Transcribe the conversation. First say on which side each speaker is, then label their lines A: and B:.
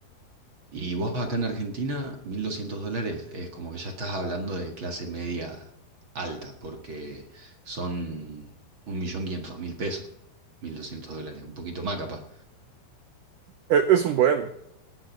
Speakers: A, on the right (about 45°); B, on the right (about 70°).
A: Y vos acá en Argentina, 1.200 dólares es como que ya estás hablando de clase media alta, porque son 1.500.000 pesos, 1.200 dólares, un poquito más capaz.
B: Es, es un buen,